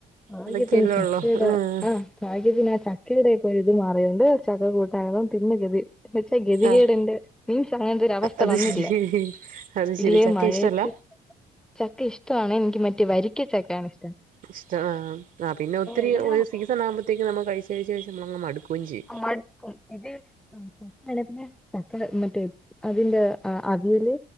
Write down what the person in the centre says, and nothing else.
ഭാഗ്യത്തിന്
ചക്കയുടെ
ഭാഗ്യത്തിന് ആ ചക്കെടെയൊക്കെ ഒര്ഇത് മാറിയോണ്ട് ചക്കകൂട്ടാനെല്ലാം തിന്ന് ഗെതി എന്ന് വെച്ചാ ഗെതികേടിന്റെ
മീൻസ് അങ്ങൻത്തൊരു അവസ്ഥ
വന്നില്ല
ഇല്ലേ
മഴേത്ത്
ചക്ക ഇഷ്ട്ടാണ് എനിക്ക് മറ്റേ വരിക്ക ചക്കെയാണ് ഇഷ്
എല്ലാം
ആഹ് മട്ക്കും ഇത് ആ ആ ആനെ പിന്നെ ചക്ക മറ്റേ അതിന്റെ ആ അവിയല്